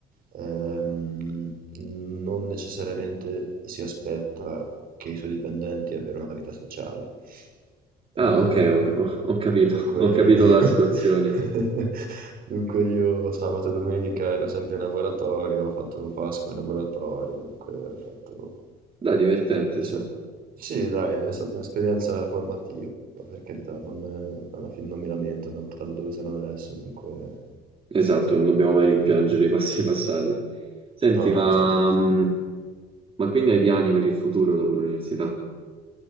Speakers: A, on the right; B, on the right.
A: ehm, non necessariamente si aspetta che i suoi dipendenti abbiano una vita sociale.
B: Ah,
A: Ehm,
B: ok, ho, ho- ho capito,
A: dunque
B: <laughs> ho capito la situazione.
A: <laughs> dunque io sabato e domenica ero sempre in laboratorio, ho fatto Pasqua in laboratorio, dunque ho fatto...
B: Dai, divertente,
A: è sta-
B: su.
A: Sì, dai, è stata un'esperienza formativa, per carità, non, alla fine non mi lamento, mi ha portato dove sono adesso, dunque...
B: Esatto, non dobbiamo
A: ehm,
B: mai rimpiangere i passi <laughs> passati. Senti,
A: no, no,
B: ma,
A: esatto.
B: mh, ma quindi hai piani per il futuro dopo l'università?